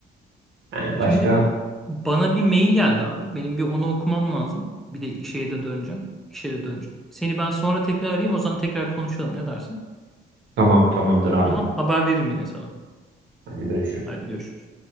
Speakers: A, on the right; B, in the centre.
A: Yani
B: Şimdi
A: başka
B: bana bir mail geldi abi. Benim bir onu okumam lazım. Bir de şeye de döneceğim. İşe de döneceğim. Seni ben sonra tekrar arayayım. O zaman tekrar konuşalım. Ne dersin?
A: Tamam tamamdır abi
B: Tamam. Haber veririm yine sana.
A: Hadi görüşürüz.
B: Hadi görüşürüz.